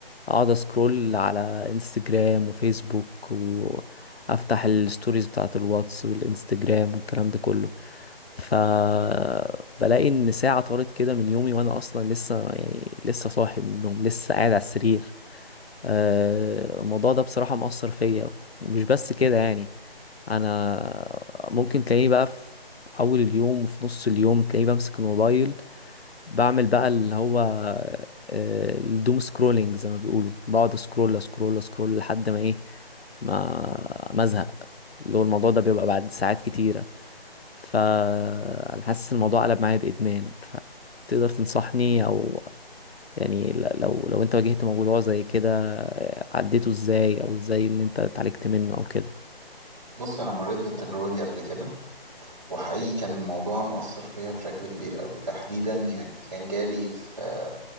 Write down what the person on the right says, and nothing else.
بص انا مريت بالتجربه دي قبل كده وحقيقي كان الموضوع مأثر فيا بشكل كبير قوي تحديدا يعني كان جالي في